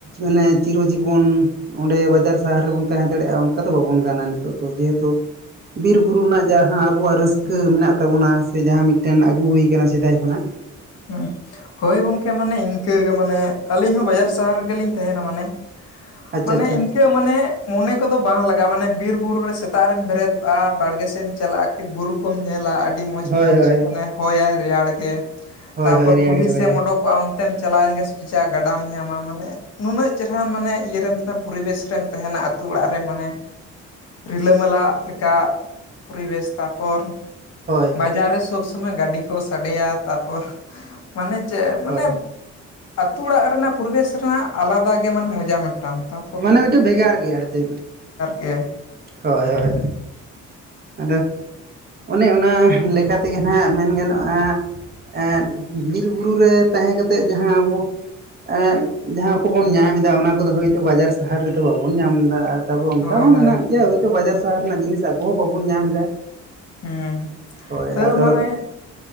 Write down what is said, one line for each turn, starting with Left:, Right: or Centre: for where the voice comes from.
Right: ᱢᱟᱱᱮ ᱪᱤᱨᱚᱡᱤᱵᱚᱱ ᱚᱸᱵᱮ ᱵᱟᱡᱟᱨ ᱥᱟᱦᱟᱨ ᱨᱮᱵᱚᱱ ᱫᱟᱲᱮᱭᱟᱜᱼᱟ ᱚᱱᱠᱟ ᱫᱚ ᱵᱟᱵᱚᱱ ᱜᱟᱱᱟ ᱱᱤᱛᱚᱜ ᱫᱚ ᱡᱮᱦᱮᱛᱩ ᱵᱤᱨ ᱵᱩᱨᱩ ᱱᱟᱜ ᱡᱟᱦᱟᱸ ᱟᱵᱚᱣᱟᱜ ᱨᱟᱹᱥᱠᱟᱹ
Left: ᱦᱮᱸ
Right: ᱢᱮᱱᱟᱜ ᱛᱟᱵᱚᱱᱟ ᱫᱮ ᱡᱟᱦᱟᱸ ᱢᱤᱫᱴᱮᱱ ᱟᱹᱜᱩ ᱦᱩᱭᱠᱟᱱᱟ ᱥᱮᱫᱟᱭ ᱠᱷᱚᱱᱟᱜ᱾
Left: ᱦᱩᱸ ᱦᱳᱭ ᱜᱚᱝᱠᱮ ᱢᱟᱱᱮ ᱤᱱᱠᱟᱹ ᱜᱮ ᱢᱟᱱᱮ ᱟᱹᱞᱤᱧ ᱦᱚᱸ ᱵᱟᱡᱟᱨ ᱥᱟᱦᱟᱨ ᱨᱮᱜᱮᱞᱤᱧ ᱛᱟᱦᱮᱱᱟ ᱢᱟᱱᱮ
Right: ᱟᱪᱪᱷᱟ
Left: ᱢᱟᱱᱮ
Right: ᱟᱪᱪᱷᱟ
Left: ᱤᱧ ᱠᱮ ᱢᱟᱱᱮ ᱢᱚᱱᱮ ᱠᱚᱫᱚ ᱵᱟᱝ ᱞᱟᱜᱟᱜᱼᱟ ᱢᱟᱱᱮ ᱵᱤᱨ ᱵᱩᱨᱩ ᱨᱮ ᱥᱮᱛᱟᱜ ᱨᱮᱢ ᱵᱮᱨᱮᱫᱚᱜᱼᱟ ᱵᱟᱲᱜᱮ ᱥᱮᱫ ᱮᱢ ᱪᱟᱞᱟᱜᱼᱟ᱾ ᱴᱤ ᱵᱩᱨᱩ ᱠᱚᱢ ᱧᱮᱞᱟ ᱟᱹᱰᱤ ᱢᱚᱸᱡᱽ
Right: ᱦᱳᱭ
Left: ᱢᱚᱸᱡᱽ
Right: ᱦᱳᱭ
Left: ᱢᱟᱱᱮ ᱦᱚᱭᱟᱭ ᱨᱮᱭᱟᱲ ᱜᱮ᱾
Right: ᱦᱳᱭ
Left: ᱛᱟᱯᱚᱨ
Right: ᱦᱳᱭ ᱨᱮᱭᱟᱲ
Left: ᱠᱩᱞᱦᱤ
Right: ᱜᱮ
Left: ᱥᱮᱫ
Right: ᱦᱳᱭ
Left: ᱮᱢ ᱚᱰᱩᱠᱚᱜᱼᱟ ᱚᱱᱛᱮᱢ ᱪᱟᱞᱟᱣᱮᱱ ᱜᱮ ᱥᱚᱡᱷᱟᱜ ᱜᱟᱰᱟᱢ ᱧᱟᱢᱟ ᱢᱟᱱᱮ᱾ ᱱᱩᱱᱟᱹᱜ ᱪᱮᱦᱨᱟ ᱢᱟᱱᱮ ᱤᱭᱟᱹᱨᱮᱢ ᱛᱟᱦᱮᱱᱟ ᱯᱚᱨᱤᱵᱮᱥ ᱨᱮᱢ ᱛᱟᱦᱮᱱᱟ ᱟᱛᱳ ᱚᱲᱟᱜ ᱨᱮ ᱢᱟᱱᱮ ᱨᱤᱞᱟᱹᱢᱟᱞᱟ ᱞᱮᱠᱟ ᱯᱚᱨᱤᱵᱮᱥ ᱛᱟᱨᱯᱚᱨ
Right: ᱦᱳᱭ
Left: ᱵᱟᱡᱟᱨ ᱨᱮ ᱥᱚᱵ ᱥᱚᱢᱚᱭ ᱜᱟᱹᱰᱤ ᱠᱚ ᱥᱟᱰᱮᱭᱟ ᱛᱟᱯᱚᱨ ᱢᱟᱱᱮ ᱪᱮᱫ ᱢᱟᱱᱮ
Right: ᱦᱳᱭ
Left: ᱟᱛᱩ ᱚᱲᱟᱜ ᱨᱮᱱᱟᱜ ᱯᱚᱨᱤᱵᱮᱥ ᱨᱮᱱᱟᱜ ᱟᱞᱟᱫᱟ ᱜᱮ ᱢᱟᱱᱮ ᱢᱚᱡᱟ ᱢᱤᱫᱴᱟᱝ ᱛᱚ᱾
Right: ᱢᱟᱱᱮ ᱢᱤᱫᱴᱮᱱ ᱵᱷᱮᱜᱟᱨ ᱜᱮᱭᱟ ᱟᱨ ᱪᱮᱫ
Left: ᱜᱮ
Right: ᱦᱳᱭ ᱦᱳᱭ᱾ ᱟᱫᱚ ᱚᱱᱮ ᱚᱱᱟ ᱞᱮᱠᱟ ᱛᱮᱜᱮ ᱱᱟᱦᱟᱸᱜ ᱢᱮᱱ ᱜᱟᱱᱚᱜᱼᱟ ᱮᱸᱫ ᱵᱤᱨ ᱵᱩᱨᱩ ᱨᱮ ᱛᱟᱦᱮᱸ ᱠᱟᱛᱮᱫ ᱡᱟᱦᱟᱸ ᱟᱵᱚ ᱮᱜ ᱡᱟᱦᱟᱸ ᱠᱚᱵᱚᱱ ᱧᱟᱢ ᱮᱫᱟ ᱚᱱᱟ ᱠᱚᱫᱚ ᱦᱳᱭ ᱵᱟᱡᱟᱨ ᱥᱟᱦᱟᱨ ᱨᱮᱫᱚ ᱵᱟᱵᱚᱱ ᱧᱟᱢ ᱮᱫᱟ, ᱛᱟᱯᱚᱨ ᱚᱱᱠᱟ
Left: ᱦᱳᱭ
Right: ᱦᱚᱸ
Left: ᱦᱳᱭ
Right: ᱢᱮᱱᱟᱜ ᱜᱮᱭᱟ ᱦᱚᱳᱭᱛᱳ ᱵᱟᱡᱟᱨ ᱥᱟᱦᱟᱨ ᱨᱮᱱᱟᱜ ᱡᱤᱱᱤᱥ ᱟᱵᱚ ᱦᱚᱸ ᱵᱟᱵᱚᱱ ᱧᱟᱢ ᱮᱫᱟ᱾
Left: ᱦᱩᱸ
Right: ᱦᱳᱭ
Left: ᱛᱟᱹᱣ
Right: ᱟᱫᱚ
Left: ᱢᱟᱱᱮ